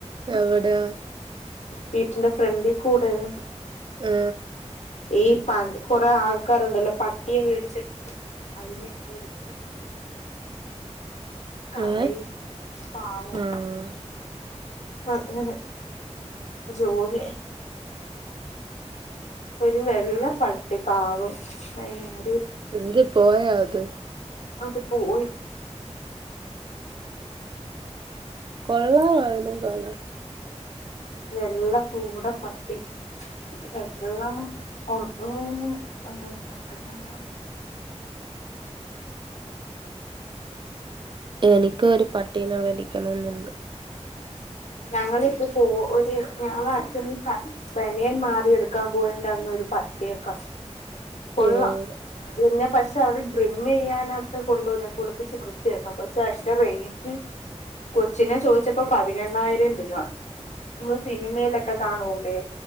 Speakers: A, on the right; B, on the left.
A: എവിടയാ?
B: വീട്ടിന്റെ ഫ്രണ്ടികൂടെയാ
A: ആ
B: ഈ പ കുറെ ആൾക്കാറുണ്ടല്ലോ പട്ടിയേ വേടിച്ചിട്ടു അയിനെ <unintelligible> കളയ്
A: ഏഹ്
B: പാവം.
A: ആഹ്
B: അങ്ങനെ ജോലി ഒരുവെള്ള പ കാവും <unintelligible>
A: എന്ത് പോയോ അത്
B: അതുപോയി.
A: കൊള്ളാവോ അതിനെ കാണാൻ?
B: വെള്ള പൂടപട്ടി <unintelligible>
A: എനിക്കും ഒരു പട്ടീനെ മേടിക്കണമെന്നുണ്ട്.
B: ഞങ്ങൾ ഇപ്പം പോ ഒരു ഞങ്ങൾ അച്ഛന് ബനിയൻ മാറിയെടുക്കാൻ പോയേന്റെഅന്ന് ഒരു പട്ടിയെ കണ്ടു. കൊള്ളാ
A: ഉം
B: അത് പിന്നെ പക്ഷേ <unintelligible> ഡ്രിമമ്ചെയ്യാൻ കൊണ്ടുവന്നെ കുളിപ്പിച്ച് വൃത്തിയാക്കാം പക്ഷേ അയിന്റെ റേറ്റ് കൊച്ചിനെ ചോദിച്ചപ്പം പതിനെണ്ണായി <unintelligible> നമ്മള് സിനിമയിലൊക്കെ കാണൂലേ?